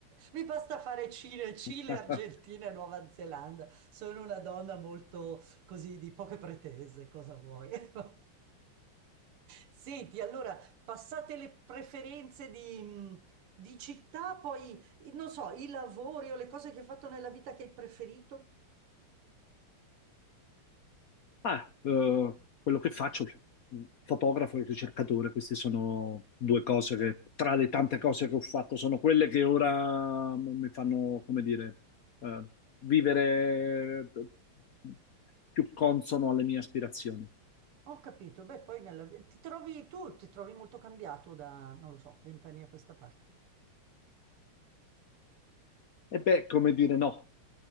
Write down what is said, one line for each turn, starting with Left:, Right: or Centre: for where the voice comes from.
Right: mi basta fare Cile, Cile,
Left: cioè.
Right: Argentina
Left: <laughs>
Right: e Nuova Zelanda. Sono una donna molto così di poche pretese, cosa vuoi? <laughs> Senti, allora, passate le preferenze di, di città, poi, non so, i lavori o le cose che hai fatto nella vita che hai preferito.
Left: Ah, eh, quello che faccio, fotografo e ricercatore, queste sono due cose che tra le tante
Right: Oh, che bello.
Left: cose che ho fatto sono quelle che ora mi fanno, come dire, eh, vivere eh, più consono alle mie aspirazioni.
Right: Ho capito, beh, poi nella... ti trovi tu, ti trovi molto cambiato da, non lo so, vent'anni a questa parte.
Left: E beh, come dire, no.